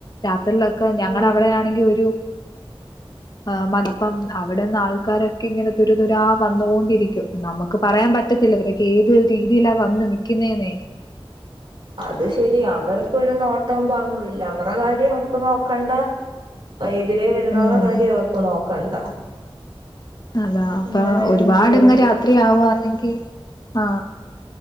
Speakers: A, on the left; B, on the right.
A: രാത്രിയിലൊക്കെ ഞങ്ങള
B: ഉം
A: അവിടെ ആണെങ്കിൽ ഒരു ആ മടപ്പം അവിടെന്ന് ആൾക്കാരൊക്കെ ഇങ്ങനെ തുരു തുരാ വന്നോണ്ടിരിക്കും നമുക്ക് പറയാൻ പറ്റ റ്റത്തില്ല ഇവരക്ക ഏത് രീതിയിലാ വന്ന് നിക്കുന്നേന്നെ
B: അത് ശരി അവർക്ക് ഒരു നോട്ടം പാവോല്ല അവറ കാര്യം അവർക്ക് നോക്കണ്ട എതിരെ വരുന്നവരുടെ
A: ഉം
B: കാര്യ അവർക്ക് നോക്കണ്ട
A: അതാ അപ്പൊ
B: ഇങ്ങനെ
A: ഒരുപാട്ങ്ങ്
B: അങ്ങ് വരും
A: രാത്രിയാവുണെങ്കി ആ